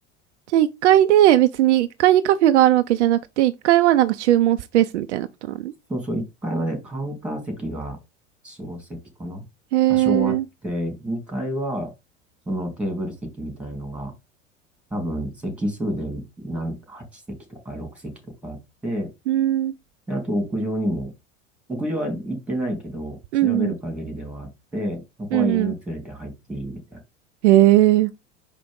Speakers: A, on the right; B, in the centre.
A: じゃあ、1階で別に1階にカフェがあるわけじゃなくて、1階はなんか注文スペースみたいなことなの
B: そうそう、1階はね、カウンター席が4、席かな多少あって、
A: へえ。
B: 2階は、そのテーブル席みたいのが、多分、席数で何、8席とか6席とかあって、
A: うん。
B: で、あと屋上にも、屋上は行ってないけど、調べる限りではあって、
A: うんうん。
B: そこは犬連れて入っていいみたい
A: うんうん。へえ